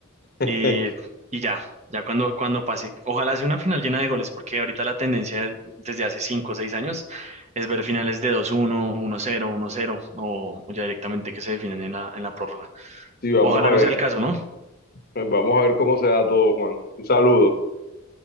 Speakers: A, on the left; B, on the right.
A: <laughs>
B: Eh, y ya, ya cuando, cuando pase, ojalá sea una final llena de goles, porque ahorita la tendencia desde hace 5 o 6 años es ver finales de dos uno uno cero uno cero o, o ya directamente que se definen en la, en la prórroga.
A: Sí, vamos
B: Ojalá
A: a
B: no
A: ver,
B: sea el caso, ¿no?
A: vamos a ver cómo se da todo, Juan. Un saludo,